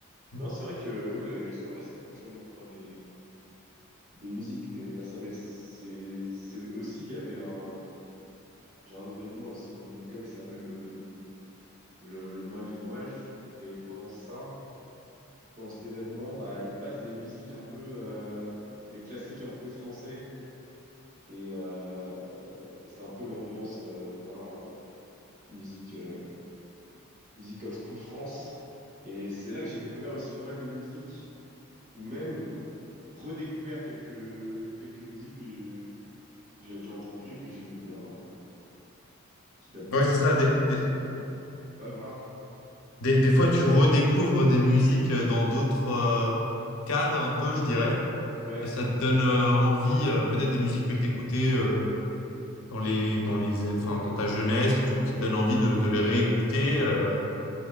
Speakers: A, on the left; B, on the right.
A: Mm.
B: Non, c'est vrai que oui, le- les soirées, ça fait toujours découvrir des, des musiques, mais euh, là, ça, mais c'est, c'est aussi, il y avait un, j'ai un événement aussi dans mon école qui s'appelle le, le, le vin et fromage, et pendant ça, pendant cet événement, bah, ils passent des musiques un peu, euh, des classiques un peu français, et euh, c'est un peu l'ambiance, euh, voilà, euh, musique, euh, musique old school France, et c'est là que j'ai découvert aussi pas mal de musiques, ou même redécouvert quelques, quelques musiques que que j'avais déjà entendu et que j'aimais bien, euh, qui date de,
A: Ouais,
B: de,
A: c'est ça.
B: de,
A: Des,
B: de
A: des,
B: très longtemps. Ouais, voilà.
A: des, des fois, tu redécouvres des musiques euh, dans d'autres euh, cadres, un peu, je dirais.
B: Ouais,
A: Et ça te donne euh, envie, euh, peut-être des musiques que tu écoutais dans les, dans les, enfin, dans ta jeunesse et tout, qui te donnent envie de, de les réécouter. euh.